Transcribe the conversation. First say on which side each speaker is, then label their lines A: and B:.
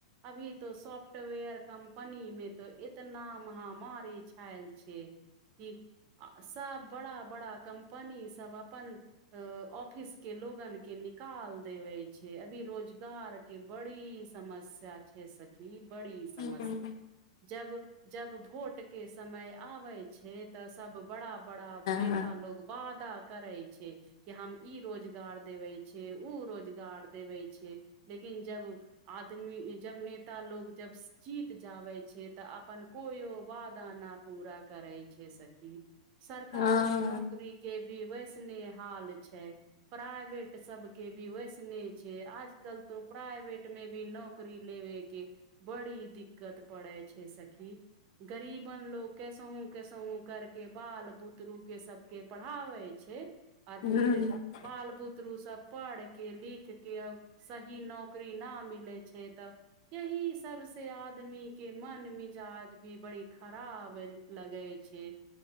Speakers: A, on the right (about 40°); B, on the left (about 60°).
A: अभी तऽ सॉफ्टवेयर कम्पनी मे तऽ इतना महामारी छायल छैक की <unintelligible> सब बड़ा बड़ा कम्पनी सब अपन ऑफिसकेँ लोगनकेँ निकाल देवय छैक अभी रोजगार केँ बड़ी समस्या छैक सखि बड़ी समस्या
B: बना
A: जब जब भोट केँ समय आबैत छैक तऽ सब बड़ा बड़ा नेता
B: हँ
A: लोग बादा करैइ छैय। कि हम ई रोजगार देबै छैय ओ रोजगार देबे छैय लेकिन जब आदमी जब नेता लोग जब जीत जाबैए छैय तऽ अपन कोनो वादा न पूरा करैत छैक सखि सरकारी
B: ह
A: नौकरी केँ भी वैसने हाल छैक प्राइवेट सबकेँ भी वैसने छैइ आज आज कल तो प्राइवेट मे भी नौकरी लेवय केँ बड़ी दिक्कत पड़ैत छैक सखि गरीबन लोके कैसहूंँ कैसहूंँ करकेँ बाल बुतरू कें सबके पढ़ा आबैत छैक आर
B: हँ
A: फिर बाल बुतरु सब पढ़केँ लिखकेँ सही नौकरी ना मिलैत छैक तऽ एहि सबसँ आदमीकेँ मन मी जाज भी बड़ी खराब लगैत छैक